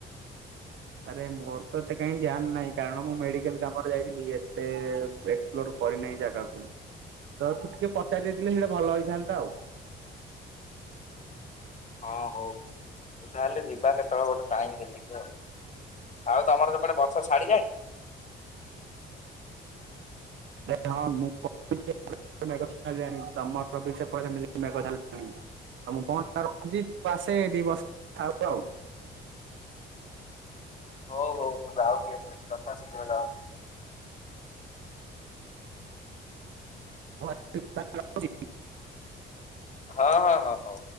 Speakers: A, on the right; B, on the left.
A: ଆରେ ମୋର ତ ଏତେ କାହିଁ ଧ୍ୟାନ ନାହିଁ କାରଣ ମୁଁ ମେଡିକାଲ କାମରେ ଯାଇଥିଲି ଏତେ ଏକ୍ସପ୍ଲୋର କରିନାହିଁ ଜାଗାକୁ ତ ତୁ ଟିକେ ପଚାରି ଦେଇ ଥିଲେ ସେଇଟା ଭଲ ହେଇଥାନ୍ତା ଆଉ।
B: <inaudible> ହଁ ହଉ ମୁ ତାହେଲେ ଯିବା କେତେବେଳେ ଗୋଟେ ଟାଇମ ଦେଖିକି ଆଉ। ଆଉ ତମର ସେପଟେ ବର୍ଷା ଛାଡିଲାଇଁ?
A: ଏ ହ ମୁଁ ଆମ ପଟେ ଛାଡିନି ତମର ବି ସେପଟେ ସେମିତି ମେଘ ଛାଡିଲାଣି? ଆଉ ମୁଁ ପହଞ୍ଚି ରକ୍ଷି ଆସେ ତୁ ବସଥାବ ଆଉ।
B: ହଉ ହଉ ମୁଁ ଯାଉଛି କଥା ଶିଘ୍ର ସାରେ ଆଉ।
A: <unintelligible>
B: ହଁ ହଁ ହଁ ହଉ।